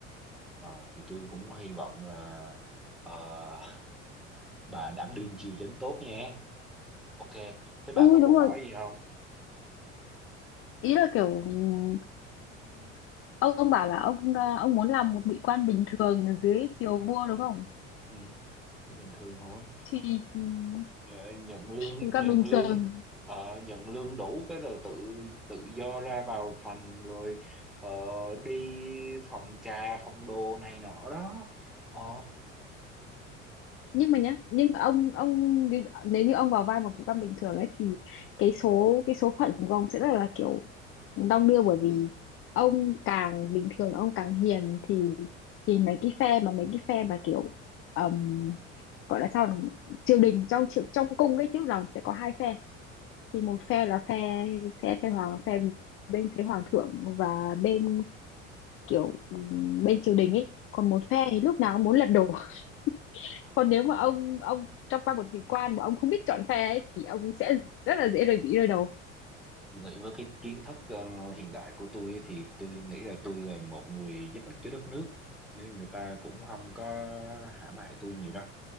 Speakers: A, in the centre; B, on the left.
A: Ờ, thì tôi cũng hy vọng là ờ, bà đảm đương triều chính tốt nha Ok, thế
B: ừ
A: bà có
B: đúng
A: câu
B: rồi
A: hỏi gì không?
B: ý là kiểu ừm, ông ông bảo là ông à, ông muốn làm một vị quan bình thường ở dưới triều vua đúng không
A: Ừ, bình thường thôi.
B: thì ừm,
A: Nhờ- Nhận lương,
B: vị quan
A: nhận
B: bình
A: lương,
B: thường
A: ờ, nhận lương đủ cái rồi tự tự do ra vào thành rồi ờ, đi phòng trà, phòng đồ này nọ đó. Ờ,
B: nhưng mà nhá nhưng mà ông ông nếu như ông vào vai một vị quan bình thường ấy thì cái số cái số phận của ông sẽ rất là kiểu đong đưa bởi vì ông càng bình thường ông càng hiền thì thì mấy cái phe mà mấy cái phe mà kiểu ừm, gọi là sao nhỉ? triều đình trong triều- trong cung ấy tức rằng sẽ có hai phe thì một phe là phe phe phe hoàng phe bên phía hoàng thượng và bên kiểu ừm, bên triều đình ấy còn một phe thì lúc nào cũng muốn lật đổ <laughs> còn nếu mà ông ông trong vai một vị quan mà ông không biết chọn phe ấy, thì ông sẽ rất là dễ rơi bị rơi đầu
A: nghĩ với cái kiến thức ờ, hiện đại của tôi ấy thì tôi nghĩ là tôi là một người giúp ích cho đất nước. Nên người ta cũng không có hãm hại tôi nhiều đâu.